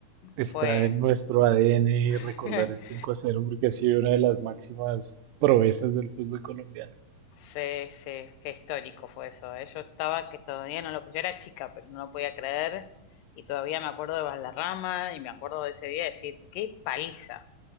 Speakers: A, on the right; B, on the left.
A: está
B: Fue
A: en nuestro ADN
B: <laughs>
A: recordar el 5 a cero porque ha sido una de las máximas proezas del fútbol colombiano.
B: Sí, sí, qué histórico fue eso, ¿eh? Yo estaba que todavía no lo, yo era chica, pero no lo podía creer y todavía me acuerdo de Valderrama y me acuerdo de ese día de decir, qué paliza,